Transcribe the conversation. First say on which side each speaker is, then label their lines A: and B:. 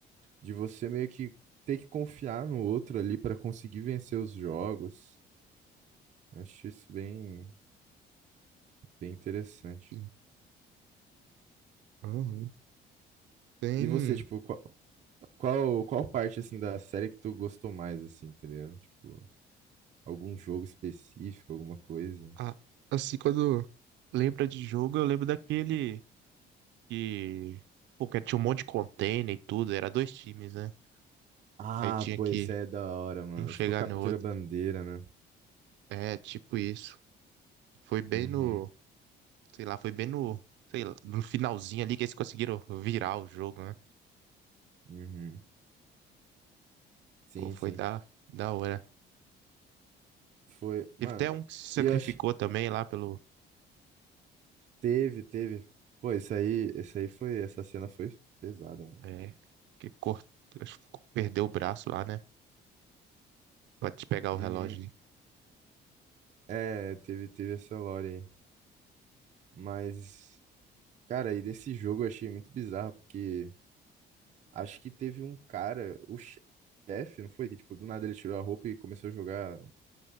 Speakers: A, on the right; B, on the right.
A: de você meio que ter que confiar no outro ali para conseguir vencer os jogos. Acho isso bem, bem interessante.
B: sim. Aham. Tem.
A: E você, tipo, qual, qual, qual parte assim da série que tu gostou mais assim, tá ligado? Tipo, algum jogo específico, alguma coisa?
B: Ah, assim, quando lembra de jogo, eu lembro daquele. que, pô, que tinha um monte de container e tudo, era dois times, né?
A: Ah,
B: Aí tinha
A: pô,
B: que
A: isso aí é da hora, mano.
B: um chegar
A: Tipo, captura
B: no outro.
A: bandeira, né?
B: É, tipo isso. Foi bem
A: Uhum,
B: no, sei lá, foi bem no, sei lá, no finalzinho ali que eles conseguiram virar o jogo, né?
A: uhum. Sim,
B: Pô, foi
A: sim.
B: da, da hora.
A: Foi,
B: Teve
A: mano.
B: até um que se sacrificou
A: E eu ach-
B: também lá pelo,
A: Teve, teve. Pô, isso aí, isso aí foi, essa cena foi pesada, mano.
B: é, que cortou, perdeu o braço lá, né? Pode pegar o
A: Uhum.
B: relógio.
A: É, teve, teve essa lore aí. Mas, cara, e desse jogo eu achei muito bizarro, porque acho que teve um cara, o chefe, não foi? Que, tipo, do nada ele tirou a roupa e começou a jogar,